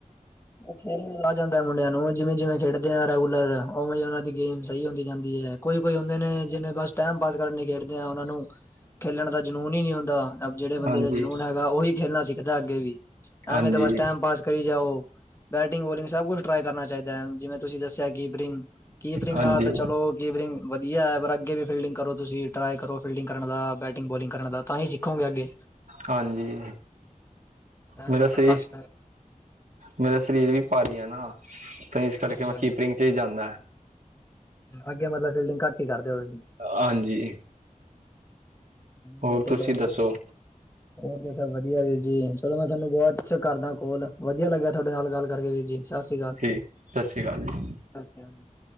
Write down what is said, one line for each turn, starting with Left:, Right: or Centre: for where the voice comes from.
Left: ਖੇਲ ਆ ਜਾਂਦਾ ਮੁੰਡਿਆਂ ਨੂੰ, ਜਿਵੇਂ- ਜਿਵੇਂ ਖੇਡਦੇ ਆ ਰੈਗੂਲਰ, ਉਵੇਂ ਉਹਨਾਂ ਦੀ ਗੇਮ ਸਹੀ, ਹੁੰਦੀ ਜਾਂਦੀ ਏ। ਕੋਈ -ਕੋਈ ਹੁੰਦੇ ਨੇ ਜਿਹਨੇ ਬਸ ਟੈਮ ਪਾਸ ਕਰਨ ਖੇਡਦੇ ਆ, ਉਹਨਾ ਨੂੰ ਖੇਲਣ ਦਾ ਜਨੂੰਨ ਹੀ ਨਹੀਂੀ ਹੁੰਦਾ। ਜਿਹੜੇ ਬੰਦੇ,
Right: ਹਾਂਜੀ
Left: ਦਾ ਜਨੂੰਨ ਹੈਗਾ ਉਹੀ ਖੇਲਣਾ ਸਿੱਖਦਾ, ਅੱਗੇ ਵੀ
Right: ਹਾਂਜੀ
Left: ਐਵੇਂ ਤਾਂ ਬਸ ਟੈਮ ਪਾਸ, ਕਰੀ ਜਾਓ ਬੈਟਿੰਗ, ਬੋਲਿੰਗ, ਸਭ ਕੁਛ ਟਰਾਈ ਕਰਨਾ ਚਾਹੀਦਾ ਹੈ, ਜਿਵੇਂ ਤੁਸੀਂ ਦੱਸਿਆ ਕੀਪਰਿੰਗ- ਕੀਪਰਿੰਗ
Right: ਹਾਂਜੀ
Left: ਨਾਲ ਤਾਂ ਚਲੋ ਕੀਪਰਿੰਗ ਵਧੀਆ ਹੈ, ਪਰ ਅੱਗੇ ਵੀ ਫੀਲਡਿੰਗ ਕਰੋ, ਤੁਸੀਂ ਟਰਾਈ ਕਰੋ, ਫੀਲਡਿੰਗ ਕਰਨ ਬੈਟਿੰਗ ਬੋਲਲਿੰਗ ਕਰਨ ਦਾ, ਤਾਂ ਹੀ ਸਿੱਖ ਕਹਾ ਗਿਆ, ਅੱਗੇ
Right: ਹਾਂਜੀ,
Left: ਐਵੇਂ
Right: ਮੇਰੇ
Left: ਤਾਂ
Right: ਸੇ
Left: ਬਸ
Right: ਮੇਰਾ ਸਰੀਰ ਵੀ, ਭਾਰੀ ਆ ਨਾ ਤੇ
Left: ਫਿਰ
Right: ਇਸ ਕਰਕੇ ਮੈਂ ਕੀਪਰਿੰਗ, ਚ ਹੀ ਜਾਂਣਾ
Left: ਅੱਗੇ ਮਤਲਬ, ਫਿਲਡਗ ਘੱਟ ਹੀ ਕਰਦੇ ਹੋ ਤੁਸੀਂ
Right: ਹਾਂਜੀ ਹੋਰ
Left: ਨਦੇਲੋਂ
Right: ਤੁਸੀਂ
Left: <inaudible>
Right: ਦੱਸੋ
Left: ਹੋਰ ਤਾਂ ਸਭ ਵਧੀਆ ਵੀਰ ਜੀ, ਚਲੋ ਮੈਂ ਤੁਹਾਨੂੰ ਬਾਅਦ ਚ ਕਰਦਾ ਕੋਲ, ਵਧੀਆ ਲੱਗਿਆ ਤੁਹਾਡੇ ਨਾਲ ਗੱਲ ਕਰਕੇ ਵੀਰ ਜੀ, ਸਤਿ ਸ਼੍ਰੀ ਅਕਾਲ।
Right: ਠੀਕ, ਸਤਿ ਸ਼੍ਰੀ ਅਕਾਲ ਜੀ।
Left: <inaudible> <inaudible>